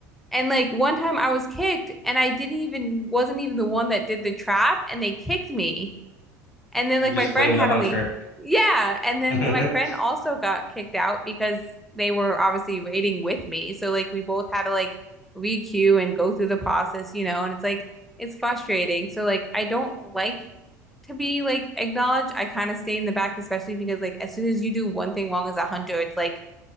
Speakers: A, in the centre; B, on the left.
A: And like one time I was kicked and I didn't even wasn't even the one that did the trap and they kicked me. And then
B: You
A: like
B: just
A: my friend
B: blame
A: had
B: the hunter.
A: to leave. Yeah, and then
B: <laughs>
A: my friend also got kicked out because they were obviously waiting with me. So like we both had to like re-queue and go through the process, you know, and it's like it's frustrating. So like I don't like to be like acknowledged. I kind of stay in the back, especially because like as soon as you do one thing wrong as a hunter, it's like